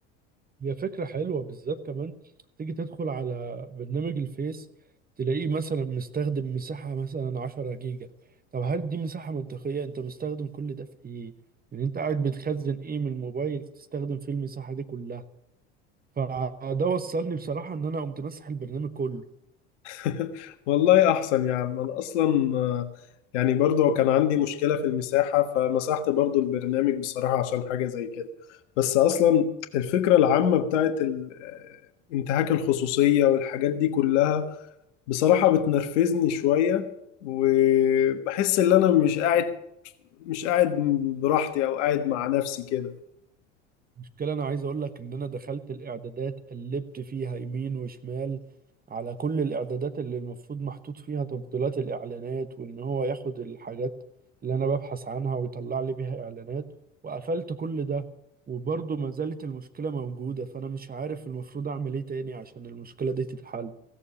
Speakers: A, on the right; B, on the left.
A: هي فكره حلوه بالذات كمان تيجي تدخل على برنامج الفيس تلاقيه مثلا مستخدم مساحه مثلا 10 جيجا طب هل دي مساحه منطقيه انت مستخدم كل ده في ايه يعني انت قاعد بتخزن ايه من الموبايل تستخدم فيه المساحه دي كلها فده وصلني بصراحة ان انا قمت مسح البرنامج كله
B: <laughs> والله احسن يا عم انا اصلا آه، يعني برضو كان عندي مشكلة في المساحة فمسحت برضو البرنامج بصراحة عشان حاجة زي كده بس اصلا الفكرة العامة بتاعت ال- آه، انتهاك الخصوصية والحاجات دي كلها بصراحة بتنرفزني شوية وبحس ان انا مش قاعد مش قاعد براحتي او قاعد مع نفسي كده
A: المشكلة انا عايز اقول لك ان انا دخلت الاعدادات قلبت فيها يمين وشمال على كل الاعدادات اللي المفروض محطوط فيها تفضيلات الاعلانات وان هو ياخد الحاجات اللي انا ببحث عنها ويطلع لي بيها اعلانات وقفلت كل ده وبرضه ما زالت المشكلة موجودة فانا مش عارف المفروض اعمل ايه تاني عشان المشكلة دي تتحل